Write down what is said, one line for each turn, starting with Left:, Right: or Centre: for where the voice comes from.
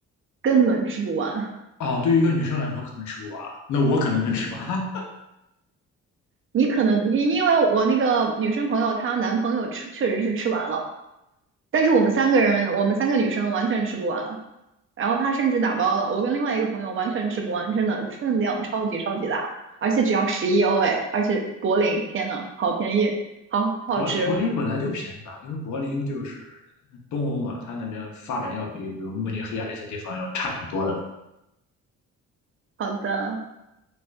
Right: 根本吃不完。
Left: 哦，对于一个女生来说可能吃不完，那我可能能吃完。<laughs>
Right: 你可能因因为我那个女生朋友她男朋友吃确实是吃完了。但是我们三个人，我们三个女生完全吃不完，然后他甚至打包了，我跟另外一个朋友完全吃不完，真的分量超级超级大，而且只要十一欧哎，而且柏林，天呐，好便宜，好好吃，
Left: 柏柏林本来就便宜吧，因为柏林就是东欧嘛，它那边发展要比比如慕尼黑啊这些地方要差挺多的。
Right: 好的，